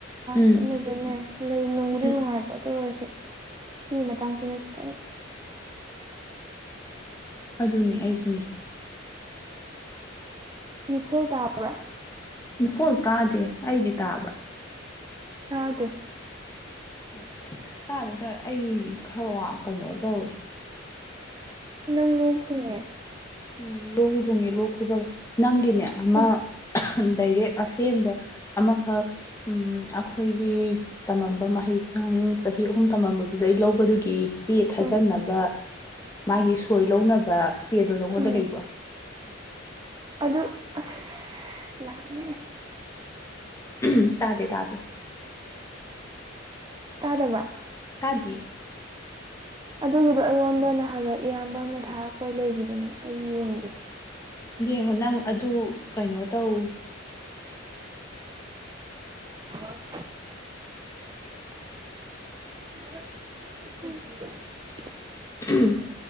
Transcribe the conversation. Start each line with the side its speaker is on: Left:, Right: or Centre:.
Left: ꯎꯝ
Right: ꯑꯗꯨꯅꯗꯅꯦ ꯂꯩ ꯅꯨꯡꯕꯨꯗꯤ
Left: ꯎꯝ
Right: ꯅꯨꯡꯉꯥꯏꯕ꯭ꯔꯇ ꯑꯣꯏꯔꯁꯨ ꯁꯤꯒꯤ ꯃꯇꯥꯡꯁꯤꯅ ꯈꯤꯇꯪ
Left: ꯑꯗꯨꯅꯦ ꯑꯩꯁꯨꯅꯦ
Right: ꯃꯤꯈꯜ ꯇꯥꯎꯥ
Left: ꯐꯣꯜ ꯇꯥꯗꯦ ꯑꯩꯗꯤ ꯇꯥꯕ꯭ꯔꯥ
Right: ꯑꯗꯦ
Left: ꯎ ꯇꯥꯗ ꯑꯩ ꯈꯔ ꯀꯩꯅꯣ ꯇꯧꯋꯦ
Right: ꯅꯪ ꯂꯣꯡ ꯊꯨꯡꯉꯦ
Left: ꯎꯝ ꯂꯣꯛꯒꯤ ꯊꯣꯡꯉꯦ ꯂꯣꯛ ꯈꯨꯕ ꯅꯪꯒꯤꯅꯦ ꯑꯃ
Right: ꯎꯝ
Left: ꯗꯥꯏꯔꯦꯛ ꯑꯁꯦꯡꯕ ꯑꯃꯈꯛ ꯑꯩꯈꯣꯏꯒꯤ ꯇꯝꯃꯝꯕ ꯃꯍꯩꯁ ꯪ ꯆꯍꯤ ꯑꯍꯨꯝ ꯇꯝꯃꯝꯕꯗꯨꯗ ꯑꯩ ꯂꯧꯕꯗꯨꯒꯤ ꯆꯦ ꯊꯥꯖꯟꯅꯕ
Right: ꯎꯝ
Left: ꯃꯥꯒꯤ ꯁꯣꯏ ꯂꯧꯅꯕ ꯆꯦꯗꯣ ꯅꯪꯉꯣꯟꯗ
Right: ꯎꯝ
Left: ꯂꯩꯕ꯭ꯔꯣ
Right: ꯑꯗꯨ ꯑꯁ ꯂꯦ
Left: ꯝ ꯇꯥꯗꯦ ꯇꯥꯗꯦ
Right: ꯀꯥꯗꯋꯥ
Left: ꯍꯥꯏꯗꯤ
Right: ꯑꯗꯨꯒꯤꯗꯣ ꯑꯩꯉꯣꯟꯗ ꯅꯍꯥꯟꯋꯥ ꯏꯌꯥꯝꯕ ꯑꯃꯅ ꯊꯥꯔꯛꯄꯩ ꯂꯩꯒꯤꯈꯤꯕꯅꯦ ꯑꯩ ꯌꯦꯡꯒꯦ
Left: ꯌꯦꯡꯉꯣ ꯅꯪ ꯑꯗꯨ ꯀꯩꯅꯣ ꯇꯧ
Right: <unintelligible> ꯍ <unintelligible>
Left: ꯎꯝ